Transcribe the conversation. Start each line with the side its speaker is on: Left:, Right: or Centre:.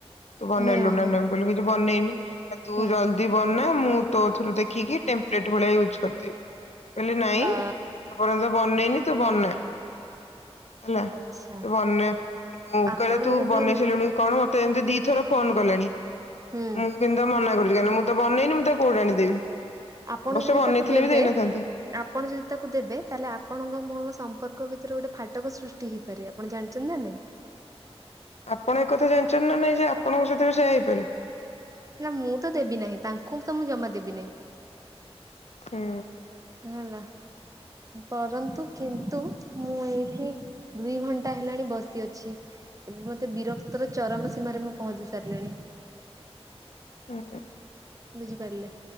Left: ତୁ ବନେଇଲୁ
Right: ହୁଁ ହୁଁ
Left: ନା ନାହିଁ? ବୋଲି କିଛି ବନେଇନି ତୁ
Right: ହୁଁ
Left: ଜଲଦି ବନା ମୁଁ ତୋଥିରୁ ଦେଖିକି ଟେମ୍ପ୍ଲେଟ୍ ଭଳିଆ ୟୁଜ୍ କରିଦେବି। କହିଲେ ନାଇଁ
Right: ଅ
Left: ଏପର୍ଯ୍ୟନ୍ତ ବନେଇନି ତୁ ବନା। ହେଲା
Right: ଆଚ୍ଛା
Left: ବନେ ମୁଁ
Right: ଆପଣ
Left: କହିଲେ ତୁ
Right: ଯଦି
Left: ବନେଇ ସାଇଲୁଣି କଣ ମତେ? ଏମିତି ଦିଥର ଫୋନ କଲାଣି
Right: ହୁଁ
Left: ମୁଁ କିନ୍ତୁ ମନା କରୁଛି କାହିଁକି ମୁଁ ତ ବନେଇନି ମୁଁ ତା କୋଉଠି ଆଣିଦେବି
Right: ଆପଣ
Left: ଅବଶ୍ୟ
Right: ଯଦି
Left: ବନେଇଥିଲେ
Right: ତାକୁ ଦେବେ
Left: ବି ଦେଇନଥାନ୍ତି।
Right: ଆପଣ ଯଦି ତାକୁ ଦେବେ ତାହେଲେ ଆପଣଙ୍କ ମୋର ସମ୍ପର୍କ ଭିତରେ ଗୋଟେ ଫାଟକ ସୃଷ୍ଟି ହେଇପାରେ ଆପଣ ଜାଣିଛନ୍ତି ନା ନାଇଁ?
Left: ଆପଣ ଏ କଥା ଜାଣିଛନ୍ତି ନା ନାଇଁ ଯେ ଆପଣଙ୍କ ସହିତ ବି ସେୟା ହେଇପାରେ।
Right: ନା ମୁଁ ତ ଦେବି ନାହିଁ ତାଙ୍କୁ ତ ମୁଁ ଜମା ଦେବି ନାହିଁ।
Left: ହୁଁ।
Right: ହେଲା ପରନ୍ତୁ କିନ୍ତୁ ମୁଁ ଏଇଠି ଦୁଇ ଘଣ୍ଟା ହେଲାଣି ବସି ଅଛି। ଏବେ ମତେ ବିରକ୍ତର ଚରମ ସୀମାରେ ମୁଁ ପହଞ୍ଚି ସାରିଲିଣି।
Left: ହୁଁ ହୁଁ।
Right: ବୁଝିପାରିଲେ